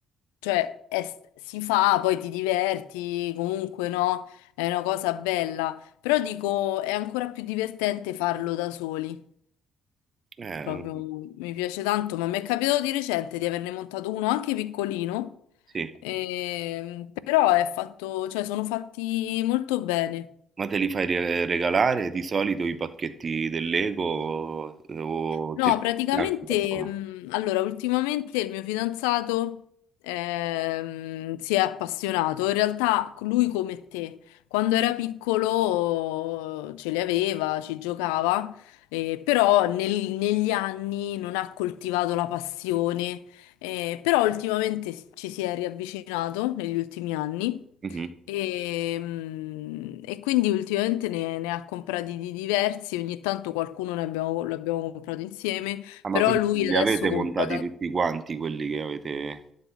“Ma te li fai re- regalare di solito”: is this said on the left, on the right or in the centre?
Right